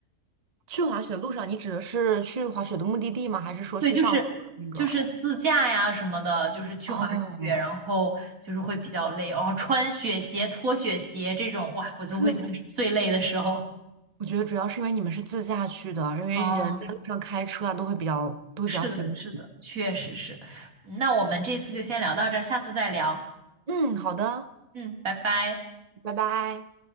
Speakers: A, on the right; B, on the right.
A: 去滑雪的路上，你指的是去滑雪的目的地吗？还是说去上坡的那个？
B: <laughs> 对，就是就是自驾呀什么的，就是去滑雪，
A: 哦，
B: 然后就是会比较累，然后穿雪鞋、脱雪鞋这种，哇，我就会觉得是最累的时候。
A: 对。我觉得主要是因为你们是自驾去的，因为人在路上开车啊，
B: 嗯。
A: 都会比较都会比较辛苦。
B: 是的，是的，确实是。那我们这次就先聊到这儿，下次再聊。
A: 嗯，好的，
B: 嗯，拜拜。
A: 拜拜。